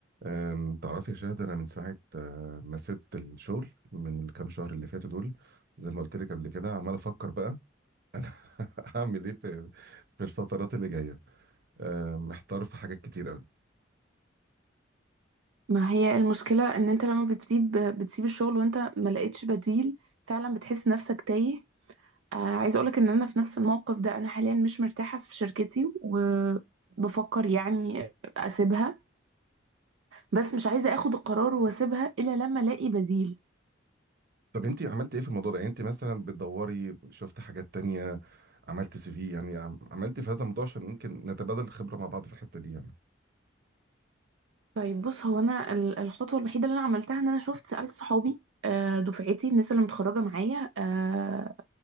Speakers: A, on the right (about 55°); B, on the right (about 75°).
A: أم، تعرفي يا شاهد انا من ساعه أه، ما سبت الشغل من الكام شهر اللي فاتوا دول زي ما قلت لك قبل كده عمال افكر بقى انا <laughs> هعمل ايه في في الفترات اللي جايه أم، محتار في حاجات كتير قوي
B: ما هي المشكلة ان انت لما بتسيب بتسيب الشغل وانت ما لقيتش بديل فعلا بتحس نفسك تايه آه عايز اقولك ان انا في نفس الموقف ده انا حاليا مش مرتاحة في شركتي وبفكر يعني اسيبها بس مش عايزة اخد القرار واسيبها الا لما الاقي بديل
A: طب انت عملتي ايه في الموضوع ده يعني انت مثلا بتدوري شفت حاجات تانية عملت سي في يعني عم- عملتي في هذا الموضوع عشان يمكن نتبادل الخبره مع بعض في الحته دي يعني
B: طيب بص هو انا ال- الخطوه الوحيده اللي انا عملتها ان انا شفت سالت صحابي آه، دفعتي الناس اللي متخرجه معايا آه،